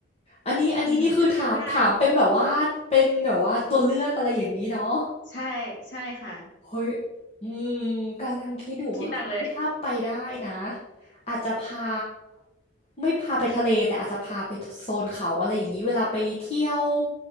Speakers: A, on the left (about 30°); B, on the left (about 70°).
A: อันนี้อันนี้นี่คือถามถามเป็นแบบว่าเป็นแบบว่าตัวเลือกอะไรอย่างนี้เนาะ
B: อืมถ้าเลือกได้ใช่ใช่ค่ะ
A: เฮ้ย อืมกำลังคิดอยู่ว่าถ้าไปได้นะ
B: คิดหนักเลย
A: อาจจะพาไม่พาไปทะเลแต่อาจจะพาไปโซนเขาอะไรอย่างนี้เวลาไปเที่ยว